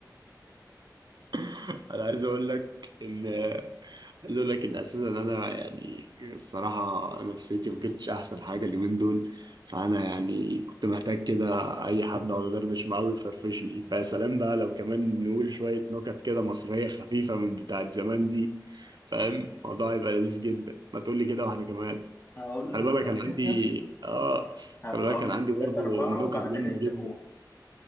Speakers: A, on the right; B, on the left.
A: <laughs> انا عايز اقول لك ان عايز اقول لك ان اساسا انا يعني الصراحه نفسيتي ما كانتش احسن حاجه اليومين دول فانا يعني كنت محتاج كده اي حد اقعد ادردش معاه ويفرفشني فيا سلام بقى لو كمان نقول شويه نكت كده مصريه خفيفه من بتاعت زمان دي فاهم الموضوع هيبقى لذيذ جدا ما تقول لي كده واحده كمان
B: هقول
A: خلي
B: لك
A: بالك
B: ثلاثة
A: كان عندي اه
B: هقول
A: خلي بالك كان
B: لك
A: عندي برضه
B: ثلاثة أربعة
A: نكت
B: بعدين
A: جامده
B: أنت
A: جدا
B: قول